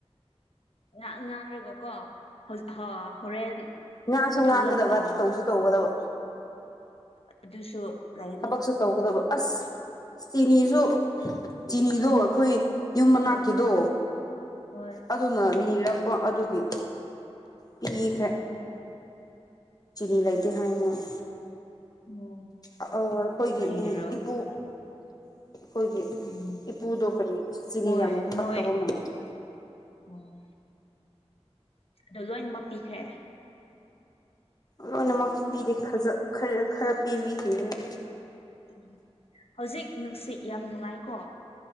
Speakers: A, on the left; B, on the left.
A: ꯉ ꯉꯥꯡꯔꯒ ꯀꯣ ꯍ ꯍꯣꯔꯦꯟ
B: ꯉꯥꯡꯁꯨ ꯉꯥꯡꯒꯗꯕ
A: ꯊꯣꯛꯂꯛ ꯑ
B: ꯇꯧꯁꯨ ꯇꯧꯒꯗꯕ
A: ꯑꯗꯨꯁꯨ ꯂꯩꯅ
B: ꯊꯕꯛꯁꯨ ꯇꯧꯒꯗꯕ ꯑꯁ ꯆꯤꯅꯤꯁꯨ ꯆꯤꯅꯤꯗꯣ ꯑꯩꯈꯣꯏ ꯌꯨꯝ ꯃꯅꯥꯛꯀꯤꯗꯣ
A: ꯍꯣꯏ ꯍꯣꯏ
B: ꯑꯗꯨꯅ ꯅꯤꯔꯛꯄ ꯑꯗꯨꯒꯤ ꯄꯤꯈ꯭ꯔꯦ
A: ꯎꯝ
B: ꯆꯤꯅꯤ ꯂꯩꯇꯦ ꯍꯥꯏ ꯃꯣꯏ
A: ꯑꯣ
B: ꯑ ꯑꯩꯈꯣꯏꯒꯤ
A: ꯀꯔꯤꯒꯤꯔꯣ
B: ꯎꯝ ꯏꯄꯨ ꯑꯩꯈꯣꯏꯒꯤ
A: ꯎꯝ
B: ꯏꯄꯨꯗꯣ ꯀꯔꯤ ꯆꯤꯅꯤ
A: ꯃꯣꯏ
B: ꯌꯥꯝ ꯊꯛꯇꯕ
A: ꯃꯣꯏ
B: ꯃꯥꯜ
A: ꯑꯣ ꯑꯗꯣ ꯂꯣꯏꯅꯃꯛ ꯄꯤꯈ꯭ꯔꯦ
B: ꯂꯣꯏꯅꯃꯛꯇꯤ ꯄꯤꯔꯤ ꯈꯔ ꯈꯔ ꯄꯤꯕꯤꯈꯤꯕꯗꯨꯅꯦ
A: ꯎ ꯍꯧꯖꯤꯛ ꯅꯨꯡꯁꯤꯠ ꯌꯥꯝ ꯅꯨꯡꯉꯥꯏꯀꯣ